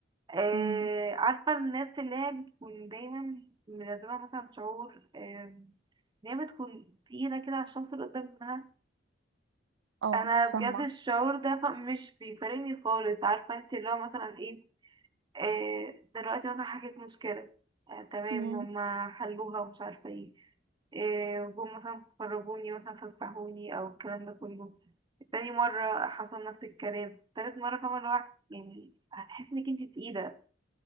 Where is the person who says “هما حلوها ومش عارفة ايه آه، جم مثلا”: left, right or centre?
Right